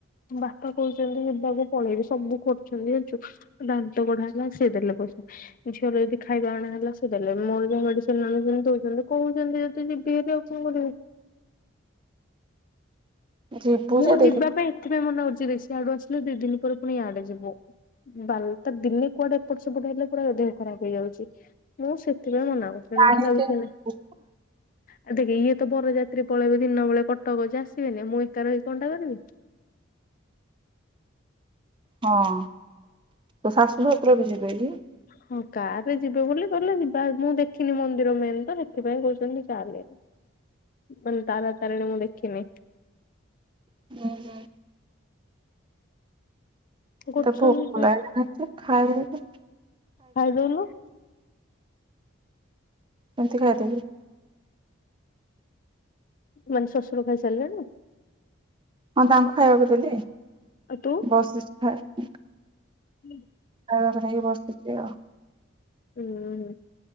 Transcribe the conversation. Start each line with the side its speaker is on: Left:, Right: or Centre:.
Left: ବାପା କୋହୁଚନ୍ତି ହେବାଜି ପଳେଇବି ସବୁ କରୁଚନ୍ତି ଜାଣିଚୁ। ଦାନ୍ତ କଢ଼ା ହେଲା ସିଏ ଦେଲେ ପଇସା। ଝିଅର ଯଦି ଖାଇବା ଅଣା ହେଲା ସେ ଦେଲେ ମୋର ଯହା ମେଡ଼ିସିନ୍ ଆଣୁଚନ୍ତି ଦୋଉଚନ୍ତି କୋହୁଚନ୍ତି ଯଦି ଯିବି ହାରି ଆଉ। ଚି ଲାଗି
Right: ଯିବୁ
Left: ମୁଁ
Right: ଯେ
Left: ଯିବା
Right: ଦେଖି
Left: ପାଇଁ ଏଥିପାଇଁ ମନା କରୁଚି ଦେଖ୍ ସିଆଡୁ ଆସିଲେ ଦି ଦିନ ପରେ ପୁଣି ଇଆଡ଼େ ଯିବୁ। ବାଲ୍ ତ ଦିନେ କୁଆଡ଼େ ଏପଟ ସେପଟ ହେଲେ ପୁରା ଦେହ ଖରାପ ହେଇଯାଉଚି। ମୁଁ ସେଥିପାଇଁ ମନା କରୁଚି
Right: ପାଣି
Left: ନହେଲେ ଆଉ କିଛି ନାଇଁ।
Right: ହଁ
Left: ଆଉ ଦେଖେ ଇଏ ତ ବରଯାତ୍ରୀ ପଳେଇବ ଦିନ ବେଳେ କଟକ ଯେ ଆସିବେନି, ମୁଁ ଏକା ରହିକି କଣ୍ଟା କରିବି।
Right: ହଁ, ତୋ ଶାଶୁ ଶଶୁର ବି ଯବେ କି?
Left: ହଁ କାର ରେ ଯିବେ ବୋଲି କହିଲେ ଯିବା, ମୁଁ ଦେଖିନି ମନ୍ଦିର ମେନ ତ ସେଥିପାଇଁ କହୁଛନ୍ତି ଚାଲେ।
Right: <unintelligible>
Left: ମାନେ ତାରା ତାରିଣୀ ମୁଁ ଦେଖିନି।
Right: ହୁଁ ହୁଁ
Left: କରୁଛନ୍ତି
Right: ମୋତେ ଭୋକ ଲାଗିଲାଣି ତ ଖାଇବି ତ
Left: ଖାଇଦଉନୁ?
Right: କେମିତି ଖାଇଦେବି?
Left: ମାନେ ଶଶୁର ଖାଇସାରିଲେଣି?
Right: ହଁ ତାଙ୍କୁ ଖାଇବାକୁ ଦେଲି।
Left: ଆଉ ତୁ?
Right: ବସିଛି ଖାଇନି ବ
Left: ହୁଁ
Right: ଖାଇବାକୁ ଦେଇକି ବସିଛି ଆଉ।
Left: ହୁଁ ହୁଁ